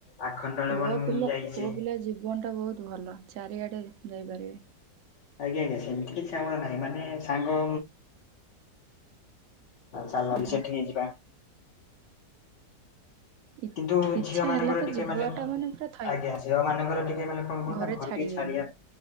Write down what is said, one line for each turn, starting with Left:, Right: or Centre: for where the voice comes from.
Left: ଆଖଣ୍ଡଳମଣି
Right: ପୁଅ ପିଲା
Left: ଯାଇଛି।
Right: ପୁଅ ପିଲା ଜୀବନ ଟା ବୋହୁତ୍ ଭଲ। ଚାରିଆଡ଼େ ଯାଇପାରିବେ।
Left: ଆଜ୍ଞା ଆଜ୍ଞା। ସେମିତି କିଛି ଆମର ନାହିଁ। ମାନେ ସାଙ୍ଗ ଚାଲ
Right: ଆହା
Left: ସେଠିକି ଯିବା।
Right: ଇ
Left: କିନ୍ତୁ
Right: ଇଚ୍ଛା
Left: ଝିଅ ମାନଙ୍କର
Right: ହେଲା ତ
Left: ଟିକେ
Right: ଯିବାଟା
Left: ମାନେ,
Right: ପୁରା ଥୟ।
Left: ଆଜ୍ଞା ଝିଅ ମାନଙ୍କର ଟିକେ ମାନେ କଣ କହନ୍ତି
Right: ଘରେ
Left: ଘ
Right: ଛାଡିବେନି
Left: ଟିକେ ଛାଡିବା,